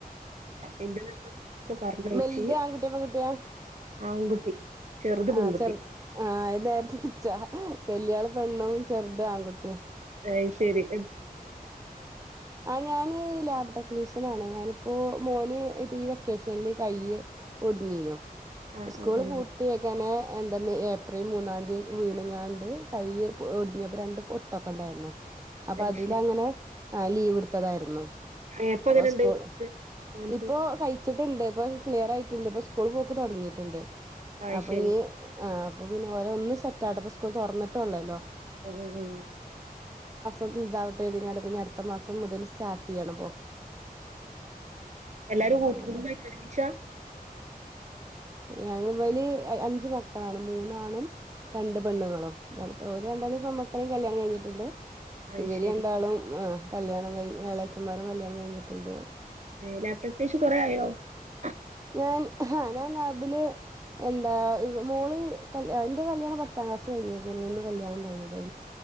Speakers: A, on the right; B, on the right.
A: എന്റെ മക്കളൊക്കെ പറഞ്ഞയച്ച്
B: വൽത് ആൺകുട്ട്യോ പെൺകുട്ടിയോ?
A: ആൺകുട്ടി ചെറുത്
B: ആ
A: പെൺകുട്ടി
B: ചെർ ആ എ <unintelligible> ച്ചാ വല്യാള് പെണ്ണും, ചെർ ത് ആൺകുട്ടിം.
A: അഹ്ശരി.
B: ആ ഞാൻ ലാബ് ടെക്നീഷൻ ആണ് ഞാൻ ഇപ്പൊ മോൻ ഈ വെക്കേഷനിൽ കയ്യ് ഒടിഞ്ഞേനു
A: ആഹ്
B: സ്കൂൾ
A: ആഹ് ആഹ്
B: പൂട്ടിയെക്കാനേ എന്താ ഏപ്രിൽ മൂന്നാംതി വീണ്ക്കാണ്ട് കയ്യ് ഒടിഞ്ഞു അപ്പൊ രണ്ട് പൊട്ട് ഒക്കെ ഉണ്ടായിരുന്നു. അപ്പൊ
A: അത്
B: അതില്ലങ്ങനെ
A: ശരി
B: ലീവ് എടുത്തതായിരുന്നു. ന്നു
A: ഏ ഇപ്പ
B: അപ്പൊ
A: എങ്ങനെണ്ട്
B: സ്കൂൾ
A: മോൻക്ക്
B: ഇപ്പൊ കയിച്ചിട്ടുണ്ട്. ഇപ്പൊ ക്ലിയർ ആയിട്ടുണ്ട് ഇപ്പൊ സ്കൂൾ പോക്ക് തുടങ്ങീട്ടുണ്ട്.
A: അയ്
B: അപ്പൊ
A: ശരി
B: ഇനി ആ അപ്പൊ പിന്നെ ഓന് ഒന്ന് സെറ്റ് ആവട്ടെ ഇപ്പൊ സ്കൂൾ തുറന്നിട്ട് അല്ലെ ഒള്ളൂ
A: <unintelligible>
B: ഒന്ന് ഇതാവട്ടെ എന്ന് കരുതിക്കാണ്ട് ഇനി അടുത്ത മാസം മുതൽ സ്റ്റാർട്ട്‌ ചെയ്യണം
A: എല്ലാരും
B: ആഹ്
A: കൂട്ടുടുബായിട്ടൊരുമിച്ച
B: അങ്ങനെ ഞങ്ങള് വലീ അഞ്ച്മക്കളാണ് മൂന്നാണും രണ്ട്പെണ്ണുങ്ങളും ഓരരണ്ടാളുപ്പമക്കളെ കല്യാണംകഴിഞ്ഞിടൊണ്ട്
A: അയ്
B: ഇവര്
A: ശരി
B: രണ്ടാളും ആഹ് കല്യാണം കയ്ഞ് എളയച്ചന്മാരും കല്യാണം കഴിഞ്ഞിണ്ട്.
A: <unintelligible>
B: ഞാൻ <unintelligible>